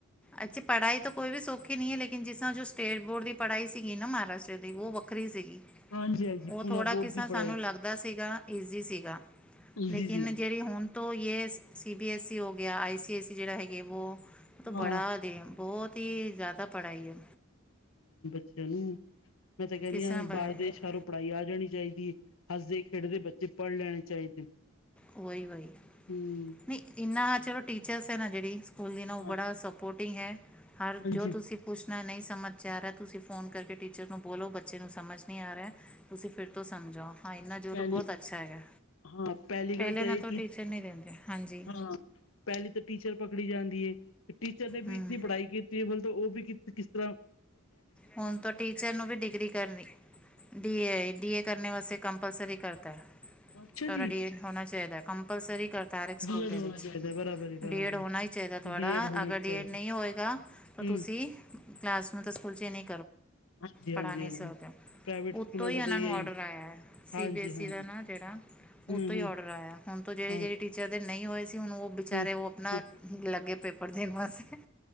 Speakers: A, in the centre; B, on the left.
A: ਅੱਛੀ। ਪੜਾਈ ਤੋਂ, ਕੋਈ ਵੀ ਸੌਖੀ ਨਹੀਂ ਹੈ। ਲੇਕਿਨ ਜਿਸ ਤਰਾਂ, ਜੋ ਸਟੇਟ ਬੋਰਡ ਦੀ, ਪੜਾਈ ਸੀਗੀ ਨਾ, ਮਹਾਰਾਸ਼ਟਰ ਦੀ, ਉਹ ਵੱਖਰੀ ਸੀਗੀ।
B: ਹਾਂਜੀ ਹਾਂਜੀ
A: ਉਹ,
B: ਪੂਨਾ
A: ਥੋੜਾ
B: ਬੋਰਡ
A: ਕਿਸਾਂ
B: ਦੀ ਪੜ੍ਹਾਈ
A: ਸਾਨੂੰ, ਲੱਗਦਾ ਸੀਗਾ। ਈਜ਼ੀ ਸੀਗਾ, ਲੇਕਿਨ
B: ਜੀ ਜੀ
A: ਜਿਹੜੀ, ਹੁਣ ਤੋਂ, ਯੇ, ਸੀ ਬੀ ਐੱਸ ਈ, ਹੋ ਗਿਆ। ਆਈ ਸੀ ਐੱਸ ਈ, ਜਿਹੜਾ ਹੈਗਾ ਵੋ ਉਹ ਤਾਂ ਬੜਾ
B: ਹਾਂ
A: ਦੇ, ਬਹੁਤ ਹੀ ਜ਼ਿਆਦਾ ਪੜਾਈ ਹੈ।
B: ਅ ਨੂੰ, ਮੈਂ ਤਾਂ, ਕਹਿੰਦੀ
A: ਕਿਸ
B: ਆ।
A: ਤਰ੍ਹਾਂ ਬ-
B: ਬਾਹਰ ਦੇਸ਼ਾ ਆਲੀ ਪੜਾਈ ਆ। ਜਾਣੀ ਚਾਹੀਦੀ ਹੈ। ਹੱਸਦੇ- ਖੇਡਦੇ ਬੱਚੇ, ਪੜ ਲੈਣੇ ਚਾਹੀਦੇ।
A: ਉਹੀ, ਬਾਈ,
B: ਹਮ
A: ਨਹੀਂ ਇੰਨਾ, ਚਲੋ ਟੀਚਰਸ ਹੈ, ਨਾ ਜਿਹੜੀ। ਉਹ
B: ਹਾਂ
A: ਬੜਾ ਸਪੋਰਟਿੰਗ ਹੈ। ਹਰ,
B: ਹਾਂਜੀ
A: ਜੋ ਤੁਸੀਂ ਪੁੱਛਣਾ, ਨਹੀਂ ਸਮਝ ਆ ਰਿਹਾ। ਤੁਸੀਂ, ਫ਼ੋਨ ਕਰਕੇ ਟੀਚਰ ਨੂੰ, ਬੋਲੋ ਬੱਚੇ ਨੂੰ ਸਮਝ ਨਹੀਂ ਆ ਰਿਹਾ। ਤੁਸੀਂ ਫੇਰ, ਤੋਂ ਸਮਝਓ। ਹਾਂ। ਇੰਨਾ ਜ਼ਰ,
B: ਪਹਿਲੀ
A: ਬਹੁਤ ਅੱਛਾ, ਹੈਗਾ।
B: ਹਾਂ ਪਹਿਲੀ
A: ਪਹਿਲੇ
B: ਗੱਲ ਤਾਂ,
A: ਨਾਲ
B: ਇਹ ਕਿ,
A: ਟੀਚਰ ਨਹੀਂ ਦਿੰਦੇ ਹਾਂਜੀ
B: ਹਾਂ। ਪਹਿਲੀ ਤਾਂ ਟੀਚਰ ਪਕੜੀ ਜਾਂਦੀ ਹੈ। ਟੀਚਰ ਨੇ ਵੀ,
A: ਹੂੰ
B: ਇਤਨੀ ਪੜਾਈ ਕੀਤੀ। ਬਲ ਤਾਂ ਉਹ ਵੀ, ਕਿਸ ਤਰਾਂ।
A: ਹੁਣ। ਤਾ ਟੀਚਰ ਨੂੰ ਵੀ, ਡਿਗਰੀ ਕਰਨੀ, ਡੀ ਏ, ਡੀ ਏ। ਕਰਨੇ ਵਾਸਤੇ ਕੰਪਲਸਰੀ ਕਰਤਾ।
B: ਅੱਛਾ
A: ਤੁਹਾਡਾ
B: ਜੀ
A: ਬੀ ਏ ਹੋਣਾ ਚਾਹੀਦਾ ਕੰਪਲਸਰੀ। ਕਰਤਾਰਕ ਸਕੂਲ,
B: ਬੀ ਐਡ
A: ਦੇ
B: ਹੋਣਾ
A: ਵਿੱਚ।
B: ਚਾਹੀਦਾ ਬਰਾਬਰ ਬਰਾਬਰ
A: ਬੀ ਏਡ ਹੋਣਾ ਹੀ ਚਾਹੀਦਾ ਤੁਹਾਡਾ।
B: ਬੀ ਐਡ ਹੋਣਾ
A: ਅਗਰ
B: ਚਾਹੀਦਾ
A: ਬੀ ਏਡ ਨਹੀਂ ਹੋਏਗਾ, ਤਾਂ
B: ਹਮ
A: ਤੁਸੀਂ ਕਲਾਸ ਨੂੰ ਦਸ ਕੁਲਚੇ ਨੇ-
B: ਹਾਂਜੀ ਹਾਂਜੀ
A: ਪੜਾ, ਨਹੀਂ
B: ਹਾਂਜੀ
A: ਸਕਦੇ।
B: ਪ੍ਰਾਈਵੇਟ
A: ਉਤੋਂ
B: ਸਕੂਲਾਂ
A: ਹੀ,
B: ਦਾ
A: ਇਹਨਾਂ
B: ਤਾਂ ਇਹੀ
A: ਨੂੰ, ਔਡਰ ਆਇਆ ਹੈ।
B: ਹਾਂਜੀ
A: ਸੀ ਬੀ ਐ
B: ਹਾਂਜੀ
A: ਈ ਦਾ ਨਾ ਜਿਹੜਾ। ਉੋਂਤੋ
B: ਹਮ ਹਮ
A: ਹੀ ਓਡਰ ਆਇਆ ਹੁਣ ਤੋਂ ਜਿਹੜੇ-ਜਿਹੜੇ
B: ਹਾਂ
A: ਟੀਚਰ ਦੇ ਨਹੀਂ ਹੋਏ ਸੀ। ਹੁਣ ਉਹ ਬੇਚਾਰੇ
B: ਹੂੰ
A: ਉਹ ਆਪਣਾ
B: ਹੂੰ
A: ਲੱਗੇ ਪੇਪਰ ਦੇਣ ਵਾਸਤੇ-